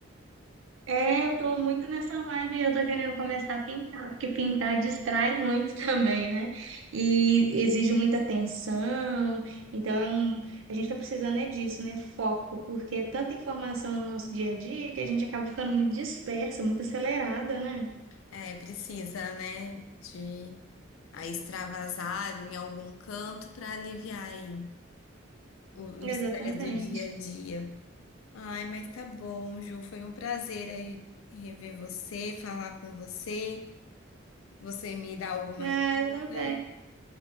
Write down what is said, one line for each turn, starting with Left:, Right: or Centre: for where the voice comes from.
Right: É, eu tô muito nessa vibe, eu tô querendo começar a pintar, porque pintar distrai muito <laughs> também, né? E exige muita atenção, então é um- a gente tá precisando é disso, né? Foco, porque é tanta informação no nosso dia a dia que a gente acaba ficando muito dispersa, muito acelerada, né?
Left: É, precisa, né? De a extravasar em algum canto para aliviar aí o
Right: Exatamente.
Left: o estresse do dia a dia. Ai, mas tá bom, Ju, foi um prazer aí rever você, falar com você, você me dar algumas
Right: Ah,
Left: dicas.
Right: eu também.